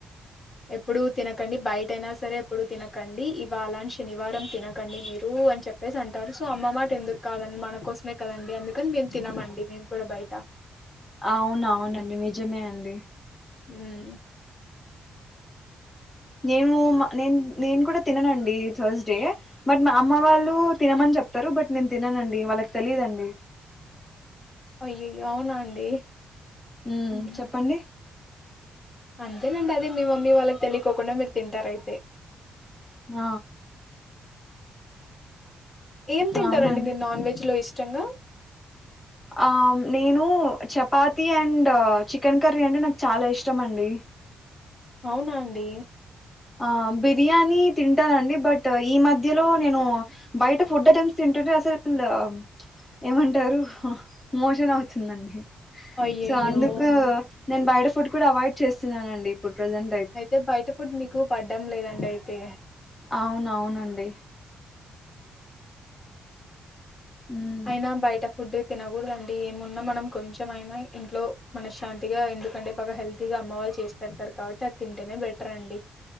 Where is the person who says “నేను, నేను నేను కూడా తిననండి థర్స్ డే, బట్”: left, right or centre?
Left